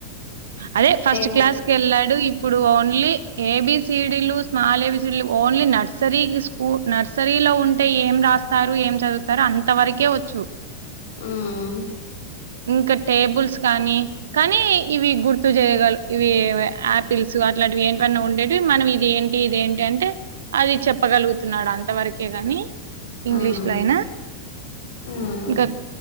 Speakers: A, on the right (about 65°); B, on the left (about 55°).
A: అదే ఫస్ట్
B: టేబుల్
A: క్లాస్. కేళ్ళాడు ఇప్పుడు ఓన్లీ ఏబీసిడీలు స్మాల్ ఏబీసిడీ ఓన్లీ నర్సరీ. నర్సరీలో ఉంటే ఏం రాస్తారు ఏం చదువుతారు అంత వరకే వచ్చు.
B: ఉమ్.
A: ఇంక టేబుల్స్ కానీ కానీ ఇవి గుర్తు చేయగల ఇవి ఆపిల్స్ అట్లాంటివి ఏంటన్నా ఉండేవి మనం ఇది ఏ ఇది ఏంటంటే అది చెప్పగలుగుతున్నాడు అంత వరకే గాని ఇంగ్లీష్
B: మ్మ్
A: లో అయినా
B: మ్మ్
A: ఇంకా